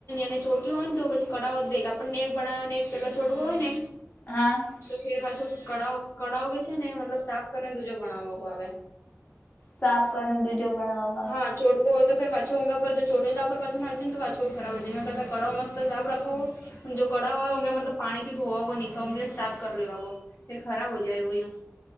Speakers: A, on the left; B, on the left.
A: ને ચોટ્યું હોય ને તો પછી કાવ હો દે આપણને એક બડાો ને એક પેલો ચોટવો હોય ને
B: હા
A: તો ફેર પાછો કળ કળાવ જે છે ને મતલબ સાફ કરીને દૂજો ગણાવવા આવે
B: સાફ કરીને બીજો પણ
A: હા ચોટ ગો તો પાછોું પર જો ચોટ લલા પર પાછા ના તો પાછો ખરાબ હોના કરતા ગળા મસ્ત સાફ રાખોવો હ જો કડાા હોે મતલબ પાણીથી ધોવાો ન કમપ્લીટ સાફ કર લેવાો ફર ખરાબ હો જાય યું